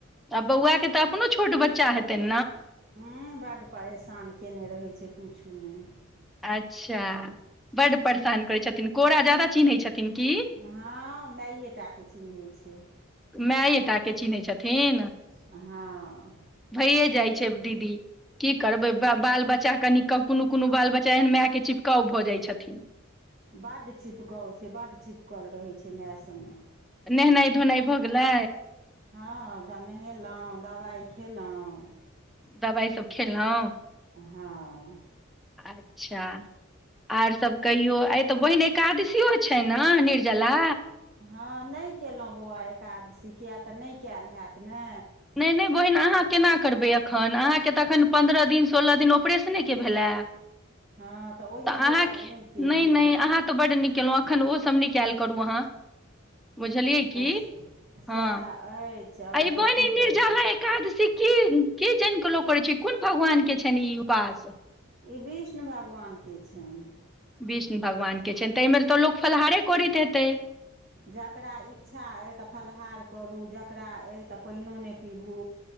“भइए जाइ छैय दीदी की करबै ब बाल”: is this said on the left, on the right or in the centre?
Centre